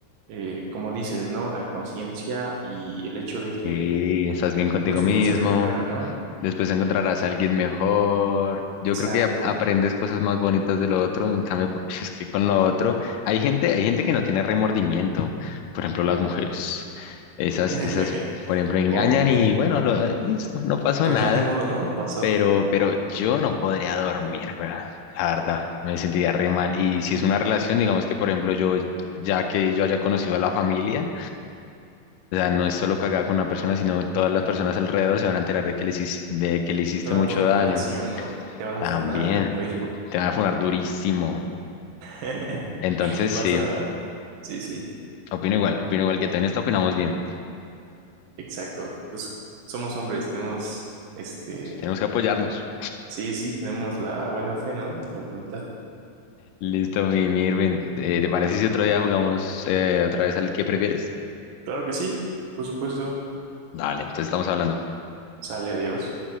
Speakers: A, on the right; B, on the left.
A: eh, como dices, ¿no? La conciencia y el hecho de
B: Sí,
A: que
B: estás bien contigo
A: pues
B: mismo.
A: uno se recupera, ¿no?
B: Después encontrarás a alguien mejor. Yo
A: Exacto.
B: creo que ap- aprendes cosas más bonitas de lo otro. En cambio, co- es que con lo otro hay gente, hay gente que no tiene remordimiento. Por ejemplo, las mujeres. Esas,
A: <laughs>
B: esas, por ejemplo, engañan
A: O
B: y bueno, lo- ah, listo, no pasó
A: pues
B: nada.
A: ya ni modo, ¿no? Pasó
B: pero, pero yo no podría dormir, weón, La verdad, me sentiría re mal. Y si es una relación, digamos que, por ejemplo, yo, ya que yo haya conocido a la familia, o sea, no es solo cagada con una persona, sino todas las personas alrededor se van a enterar de que les, hici- de que le hiciste
A: toda
B: mucho
A: tu reputación,
B: daño.
A: ¿no? Te van a
B: También,
A: funar en Facebook.
B: te van a funar durísimo.
A: <laughs>
B: Entonces,
A: Vas
B: sí,
A: a... Sí, sí,
B: opino igual, opino igual que tú. En esto opinamos bien.
A: exacto. Pues somos hombres, tenemos, este,
B: Tenemos que apoyarnos.
A: sí, sí, tenemos la buena fe, ¿no? La voluntad.
B: Listo, mi, mi Irving. Eh, ¿te parece si otro día jugamos eh, otra vez al que prefieres?
A: Claro que sí, por supuesto.
B: Dale, entonces estamos hablando.
A: Sale, adiós.